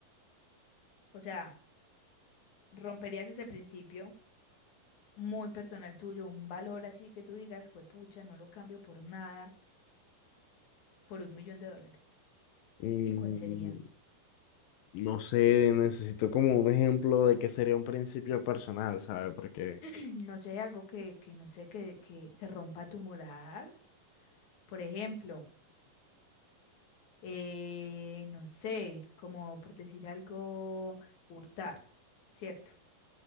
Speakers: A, on the left (about 55°); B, on the left (about 80°).
A: O sea, ¿romperías ese principio? muy personal tuyo, un valor así que tú digas, juepucha, no lo cambio por nada, por un millón de dólares.
B: mm,
A: ¿Y cuál sería?
B: No sé, necesito como un ejemplo de qué sería un principio personal, ¿sabe? Porque,
A: <clears throat> No sé, algo que, que no sé, que, que, que rompa tu moral. Por ejemplo, eh, no sé, como por decir algo, hurtar, ¿cierto?